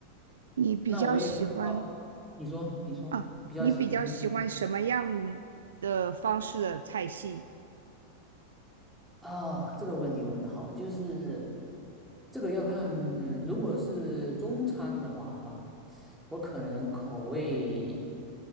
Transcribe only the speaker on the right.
你比较喜欢
啊，
你比较喜欢什么样的方式的菜系？